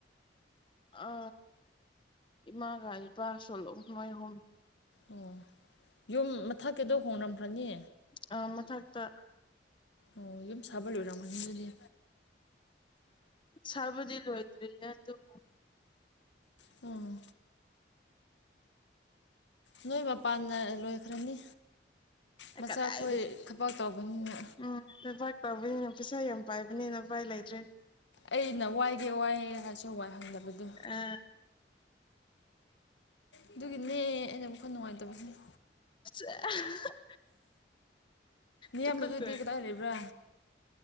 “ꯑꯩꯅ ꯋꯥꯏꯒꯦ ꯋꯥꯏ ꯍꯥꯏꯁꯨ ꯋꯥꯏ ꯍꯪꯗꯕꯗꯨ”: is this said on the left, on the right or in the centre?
Left